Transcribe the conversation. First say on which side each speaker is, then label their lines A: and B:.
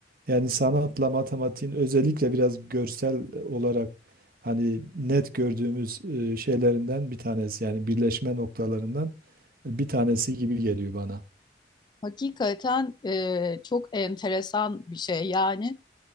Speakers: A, on the right; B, on the left.
A: yani sanatla matematiğin özellikle biraz görsel olarak hani net gördüğümüz e, şeylerinden bir tanesi yani birleşme noktalarından bir tanesi gibi geliyor bana.
B: Hakikaten e, çok enteresan bir şey. Yani